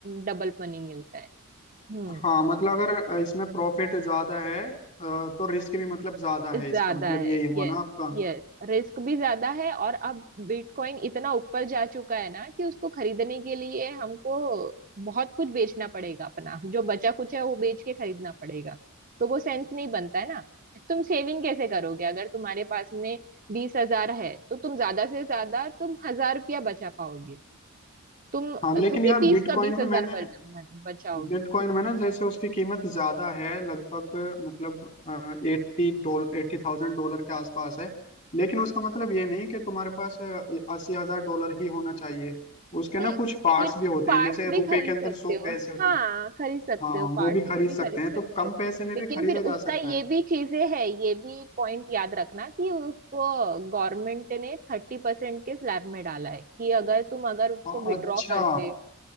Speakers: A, on the right (about 40°); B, on the left (about 35°).
A: डबल मनी मिलता है हम्म।
B: हाँ मतलब अगर इसमें प्रॉफिट ज्यादा है अ, तो रिस्क भी मतलब ज्यादा है
A: ज्यादा
B: इसका मतलब
A: है
B: यही हुआ
A: यस
B: ना आपका
A: यस रिस्क भी ज्यादा है और अब बिटकॉइन इतना ऊपर जा चुका है ना कि उसको खरीदने के लिए हमको बहुत कुछ बेचना पड़ेगा अपना जो बचा कुछ है वो बेच के खरीदना पड़ेगा तो वो सेंस नहीं बनता है ना तुम सेविंग कैसे करोगे अगर तुम्हारे पास में बीस हजार है तो तुम ज्यादा से ज्यादा तुम हजार रुपया बचा पाओगे तुम
B: हाँ लेकिन
A: थोड़ी
B: यार
A: बीस
B: बिटकॉइन
A: का बीस हजार
B: में मैंने
A: बचाओगे
B: बिटकॉइन में ना जैसे उसकी कीमत ज्यादा है लगभग मतलब एट्टी डॉलर एट्टी थाउजेंड डॉलर के आसपास है लेकिन उसका मतलब ये नहीं कि तुम्हारे पास अस्सी हजार डॉलर ही होना चाहिए उसके
A: नहीं
B: ना कुछ पार्ट्स
A: ये
B: भी होते
A: पार्ट्स
B: हैं जैसे
A: भी
B: रुपए
A: खरीद
B: के अंदर
A: सकते
B: सौ पैसे
A: हो
B: होते
A: हाँ
B: हैं
A: खरीद सकते
B: हाँ
A: हो पार्ट्स
B: वो भी खरीद
A: में भी
B: सकते
A: खरीद
B: हैं
A: सकते
B: तो कम
A: हो
B: पैसे में
A: लेकिन
B: भी खरीदा
A: फिर
B: जा
A: उसका
B: सकता
A: ये
B: है
A: भी चीजें है ये भी पॉइंट याद रखना कि उसको गवर्नमेंट ने थर्टी परसेंट के स्लैब में डाला है कि अगर तुम अगर उसको
B: अ-
A: विड्रॉ
B: अच्छा
A: करते हो